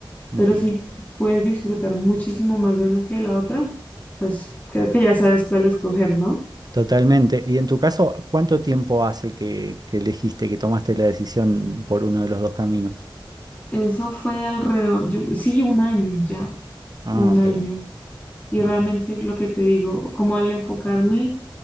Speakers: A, on the right; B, on the left.
A: ujú.
B: pero si puedes disfrutar muchísimo más de una que de la otra, pues creo que ya sabes cuál escoger, ¿no?
A: Totalmente. Y en tu caso, ¿cuánto tiempo hace que, que elegiste, que tomaste la decisión por uno de los dos caminos?
B: Eso fue alrededor, yo, sí, un año ya,
A: Ah,
B: un
A: ok.
B: año. Y
A: ok.
B: realmente lo que te digo, como al enfocarme